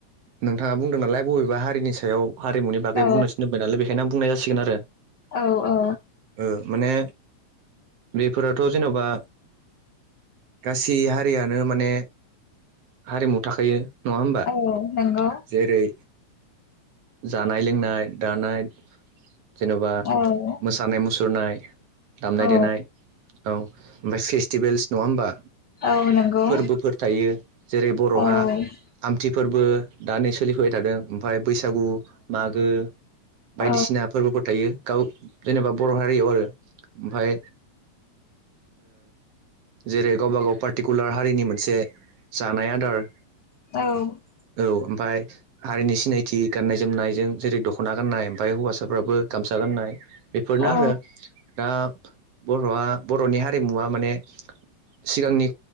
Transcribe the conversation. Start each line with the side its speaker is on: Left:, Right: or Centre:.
Right: नोंथाङा बुंदों नालाय बबेबा हारिनि सायाव हारिमुनि बागै
Left: औ
Right: बुंनो थिन दोबबाय नालाय बेखायनो बुंनाय जासिगोन आरो।
Left: औ औ
Right: ओ माने बेफोरावथ' जेन'बा गासै हारि हारियानो माने हारिमु थाखायो नङा होमबा
Left: औ नंगौ
Right: जेरै जानाय लोंनाय दानाय जेन'बा
Left: औ
Right: मोसानाय मुसुरनाय दामनाय
Left: औ
Right: देनाय औ ओमफाय फेस्टिभेल्स नङा होमबा?
Left: औ नंगौ
Right: फोरबोफोर थायो जेरै बर'हा
Left: औ औ
Right: आमथि फोरबो द नै सोलिफुबाय थादों ओमफाय बैसागु मागो
Left: औ
Right: बायदिसिना फोरबोफोर थायो गाव जेनेबा बर' हारियाव आरो ओमफाय जेरै गावबा गाव पार्टि पारटिकुलार हारिनि मोनसे जानाय आदार
Left: औ
Right: ओमफ्राय हारिनि सिनायथि गान्नाय जोमनायजों जेरै दख'ना गाननाय ओमफ्राय हौवासाफ्राबो गामसा गाननाय बेफोरनो
Left: औ
Right: आरो दा बर'आ बर'नि हारिमुवा माने सिगांनि